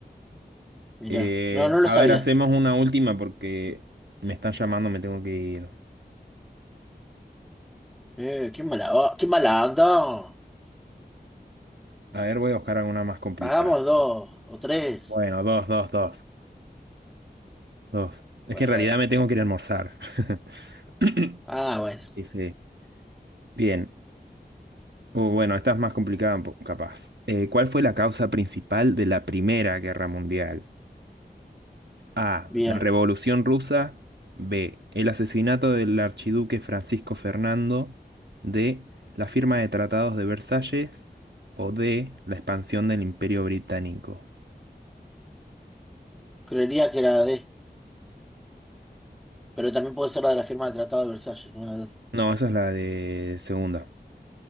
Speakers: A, in the centre; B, on the right.
A: mira
B: Eh,
A: No, no lo
B: a
A: sabía.
B: ver, hacemos una última porque me están llamando, me tengo que ir.
A: Eh, qué mala, o- qué mala onda.
B: A ver, voy a buscar alguna más complicada.
A: Pagamos dos o tres.
B: Bueno, dos, dos, dos, dos. Es
A: Bueno,
B: que en realidad
A: dale.
B: me tengo que ir a almorzar. <coughs> <laughs>
A: Ah, bueno,
B: <clears throat> Dice, bien. O bueno, esta es más complicada, po- capaz. Eh, ¿cuál fue la causa principal de la Primera Guerra Mundial? A.
A: bien.
B: La Revolución Rusa. B. El asesinato del archiduque Francisco Fernando. D. La firma de tratados de Versalles. O D. La expansión del Imperio Británico.
A: Creería que era la D, pero también puede ser la de la firma del Tratado de Versalles. una de-
B: No, esa es la de segunda.